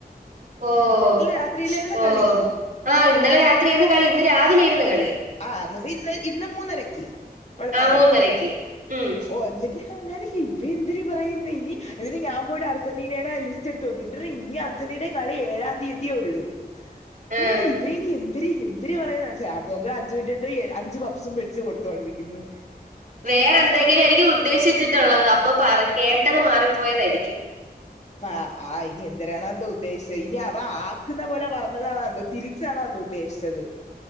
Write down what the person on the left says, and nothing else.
രാത്രിയിലായിരുന്നു
കളി
ആഹ് അന്നെച്ച ഇന്ന് ഇന്ന് മൂന്നരയ്ക്ക് വെളുപ്പാൻ
കാലത്ത്
ഓഹ് എന്നിട്ട് ആഹ് ഞാന് ഇവ എന്തെര് പറയ്ന്നെ ഇനി എന്നിട്ട് ഞാം പോയിട്ട് അർജെന്റീനേടെ ലിസ്റ്റെട്ത്ത് നോക്കി എന്തെര് ഡാ ഇനി അർജെന്റീനെ കളി ഏഴാം തിയ്യെതിയെ ഒള്ളൂ
പ്പ <unintelligible> ഇവ ഇനി എന്തെര് എന്തെര് പറയ്ന്നേ <unintelligible> പ്പോ രോ അഞ്ച് മിൻറ്റോണ്ട് എ അഞ്ച് പപ്പ്സും മേടിച്ച് കൊട്ത്തോണ്ട്‌രിക്ക്ന്ന്
ആഹ് ആഹ് ഇനി എന്തെരാണോ എന്തോ ഉദ്ദേശ്‌ച്ചേ ഇനി അവ ആക്ക്ന്ന പോലെ പർഞ്ഞതാണോ എന്തോ തിരിച്ചാണോ അത് ഉദ്ദേശ്‌ച്ചെത്